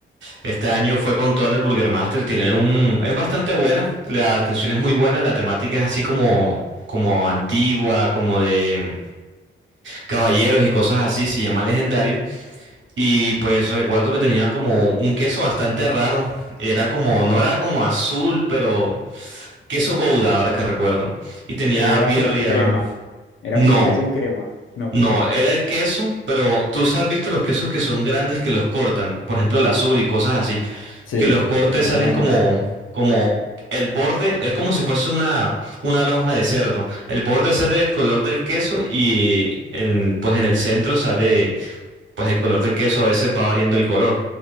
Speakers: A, on the right; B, on the left.
A: este año fue con todo en el Burgermeister. Tiene un, es bastante buena, la atención es muy buena, la temática es así como, como antigua, como de caballeros y cosas así, se llama Legendario. Y pues recuerdo que tenía como un queso bastante raro. Era como, no era como azul, pero queso Gouda, ahora que recuerdo. Y tenía
B: Pero era
A: birria.
B: como en crema. Era
A: No,
B: como un queso en crema. No.
A: no, era el queso, pero tú has visto los quesos que son grandes que los cortan. Por ejemplo, el azul y cosas así.
B: Sí,
A: Que los cortes
B: más
A: salen
B: o menos.
A: como, como el borde, es como si fuese una, una lonja de cerdo. El borde sale del color del queso y el, pues en el centro sale pues el color del queso a veces va variando el color.